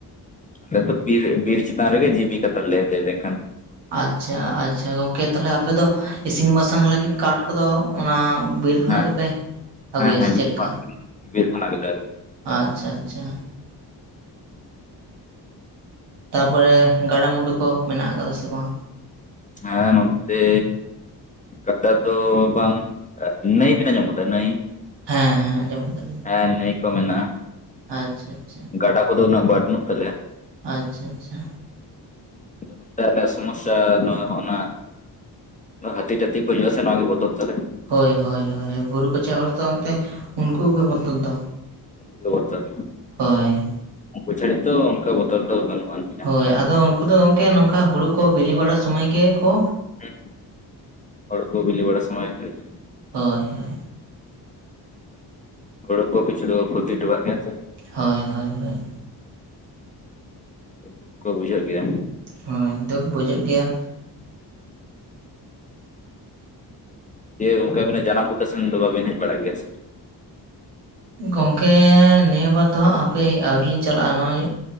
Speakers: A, on the left; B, on the right.
A: ᱟᱞᱮ ᱫᱚ ᱵᱤᱨ, ᱵᱤᱨ ᱪᱮᱛᱟᱱ ᱨᱮᱜᱮ ᱡᱤᱵᱤᱠᱟ ᱛᱟᱞᱮ ᱞᱟᱹᱭ ᱞᱮᱝᱠᱷᱟᱱ᱾
B: ᱟᱪᱷᱟ, ᱟᱪᱷᱟ ᱜᱚᱝᱠᱮ ᱛᱟᱞᱦᱮ ᱟᱯᱮᱫᱚ ᱤᱥᱤᱱ ᱵᱟᱥᱟᱝ ᱞᱟᱹᱜᱤᱫ ᱠᱟᱴ ᱠᱚᱫᱚ ᱚᱱᱟ ᱵᱤᱨ ᱠᱷᱚᱱᱟᱜ
A: ᱦᱮᱸ
B: ᱜᱮᱯᱮ ᱟᱹᱜᱩᱭᱟ
A: ᱦᱮᱸ ᱦᱮᱸ
B: ᱥᱮ
A: ᱵᱤᱨ
B: ᱪᱮᱫ
A: ᱠᱷᱚᱱᱟᱜ
B: ᱞᱮᱠᱟ?
A: ᱵᱤᱨ ᱠᱷᱚᱱᱟᱜ ᱜᱮᱞᱮ ᱟᱹᱜᱩᱭᱟ᱾
B: ᱟᱪᱪᱷᱟ ᱟᱪᱷᱟ᱾ ᱛᱟᱯᱚᱨᱮ ᱜᱟᱰᱟᱢᱩᱰᱩ ᱠᱚ ᱢᱮᱱᱟᱜ ᱟᱠᱟᱫᱟ ᱥᱮ ᱵᱟᱝ?
A: ᱦᱮᱸ ᱱᱚᱸᱛᱮᱻ ᱜᱟᱰᱟ ᱫᱚ ᱵᱟᱝ ᱱᱟᱹᱭ ᱵᱮᱱ ᱟᱧᱡᱚᱢ ᱠᱟᱫᱟ ᱱᱟᱹᱭ?
B: ᱦᱮᱸ ᱦᱮᱸ ᱟᱸᱡᱚᱢ ᱠᱟᱫᱟᱞᱤᱧ᱾
A: ᱦᱮᱸ ᱱᱟᱹᱭ ᱠᱚ ᱢᱮᱱᱟᱜ-ᱟ,
B: ᱟᱪᱪᱷᱟ ᱟᱪᱪᱷᱟ
A: ᱜᱟᱰᱟ ᱠᱚᱫᱚ ᱩᱱᱟᱹᱜ ᱵᱟᱹᱱᱩᱜ ᱛᱟᱞᱮᱭᱟ᱾
B: ᱟᱪᱪᱷᱟ ᱟᱪᱷᱟ᱾
A: ᱟᱫᱚ ᱱᱚᱛᱮ ᱟᱞᱮᱭᱟᱜ ᱥᱚᱢᱚᱥᱟ ᱱᱚᱣᱟ ᱦᱚᱸᱜ ᱱᱟ ᱱᱚ ᱦᱟᱹᱛᱤ ᱴᱟᱹᱛᱤ ᱠᱩ ᱦᱤᱡᱩᱜ-ᱟ ᱥᱮ ᱱᱚᱣᱟ ᱜᱮ ᱵᱚᱛᱚᱨ ᱛᱟᱞᱮ᱾
B: ᱦᱳᱭ ᱦᱳᱭ ᱦᱳᱭ ᱦᱮ ᱵᱩᱨᱩ ᱠᱚᱪᱟ ᱦᱚᱲ ᱫᱚ ᱚᱱᱛᱮ ᱩᱱᱠᱩᱜᱮ ᱵᱚᱛᱚᱨ ᱫᱚ᱾
A: ᱩᱝᱠᱩ ᱜᱮ ᱵᱚᱛᱚᱨ
B: ᱦᱳᱭ᱾
A: ᱩᱱᱠᱩ ᱪᱷᱟᱹᱲᱤ ᱛᱚ ᱚᱱᱠᱟ ᱵᱚᱛᱚᱨ ᱫᱚ ᱵᱟᱹᱱᱩᱜ ᱟᱱᱤ᱾
B: ᱦᱳᱭ ᱟᱫᱚ ᱩᱱᱠᱩ ᱫᱚ ᱜᱚᱝᱠᱮ ᱱᱚᱝᱠᱟ ᱦᱩᱲᱩ ᱠᱚ ᱵᱤᱞᱤ ᱵᱟᱲᱟ ᱥᱚᱢᱚᱭ ᱜᱮ ᱠᱚ
A: ᱦᱩ ᱦᱳᱲᱳ ᱠᱚ ᱵᱤᱞᱤ ᱵᱟᱲᱟ ᱥᱚᱢᱚᱭ ᱜᱮᱠᱚ ᱦᱤᱡᱩᱜ-ᱟ᱾
B: ᱦᱳᱭ ᱦᱳ
A: ᱦᱳᱲᱳ ᱠᱚ ᱠᱤᱪᱷᱩ ᱫᱚᱠᱚ ᱠᱷᱩᱛᱤ ᱴᱚᱠᱟᱜ ᱜᱮᱭᱟ ᱦᱸ ᱥᱮ᱾
B: ᱦᱚᱭ ᱦᱳᱭ ᱦᱳᱭ᱾
A: ᱫᱩᱠ ᱠᱚ ᱵᱩᱡᱷᱟᱹᱜ ᱜᱮᱭᱟ᱾
B: ᱦᱳᱭ ᱫᱩᱠ ᱵᱩᱡᱷᱟᱹᱜ ᱜᱮᱭᱟ᱾
A: ᱮᱭᱟᱹ ᱜᱚᱝᱠᱮ ᱟᱵᱮᱱᱟᱜ ᱡᱟᱱᱟᱢ ᱵᱩᱴᱟᱹ ᱥᱮᱱ ᱫᱚ ᱵᱟᱵᱮᱱ ᱦᱮᱡ ᱵᱟᱲᱟ ᱜᱮᱭᱟ ᱥᱮ?
B: ᱜᱚᱝᱠᱮᱻ ᱱᱤᱭᱟᱹ ᱵᱟᱨ ᱫᱚᱦᱟᱸᱜ ᱦᱟᱯᱮ ᱟᱹᱣᱨᱤ ᱞᱤᱧ ᱪᱟᱞᱟᱜᱼᱟ᱾ ᱱᱚᱜᱼᱚᱭ